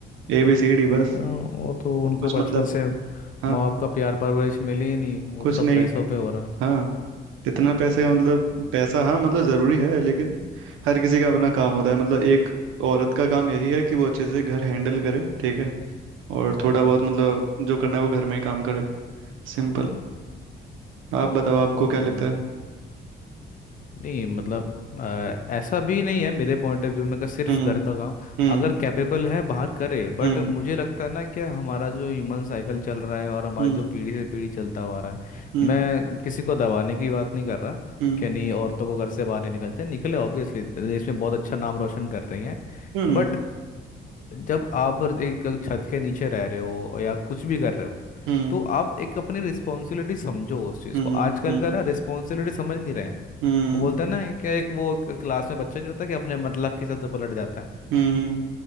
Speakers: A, on the right (about 85°); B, on the left (about 40°).
A: ए बी सी डी बस
B: आ, वो तो उनको
A: कुछ
B: बचपन
A: मतलब
B: से माँ
A: हाँ
B: बाप का प्यार परवरिश मिली ही नहीं वो
A: कुछ
B: तो सब
A: नहीं
B: पैसों पे हो रहा है
A: हाँ कितना पैसे का मतलब पैसा हाँ मतलब जरूरी है लेकिन हर किसी का अपना काम होता है मतलब एक औरत का काम यही है कि वो अच्छे से घर हैंडल करे ठीक है और थोड़ा
B: हम्म।
A: बहुत मतलब जो करना है वो घर में ही काम करे सिंपल आप बताओ आपको क्या
B: हम्म।
A: लगता है
B: नहीं मतलब अ, ऐसा भी नहीं है मेरे पॉइंट ऑफ व्यू में कि सिर्फ
A: हम्म
B: घर का काम
A: हम्म
B: अगर कैपेबल है बाहर करे बट
A: हम्म
B: मुझे लगता है ना कि हमारा जो ह्यूमन साइकिल चल रहा है और हमारा
A: हम्म
B: जो पीढ़ी से पीढ़ी चलता हुआ आ रहा है
A: हम्म
B: मैं किसी को दबाने की बात नहीं कर रहा
A: हम्म
B: कि नहीं औरतों को घर से बाहर नहीं निकलते निकले ऑब्वियसली देश में बहुत अच्छा नाम रोशन कर रही हैं
A: हम्म
B: बट जब आप एक छत के नीचे रह रहे हो या कुछ भी कर रहे हो
A: हम्म
B: तो आप एक अपनी रिस्पॉन्सिबिलिटी समझो उस चीज़
A: हम्म
B: को
A: हम्म
B: आजकल
A: हम्म
B: का ना रिस्पॉन्सिबिलिटी समझ नहीं रहे हैं
A: हम्म
B: अब बोलते हैं ना कि एक वो क- क्लास में बच्चा नहीं होता कि अपने मतलब के हिसाब से पलट जाता है
A: हम्म,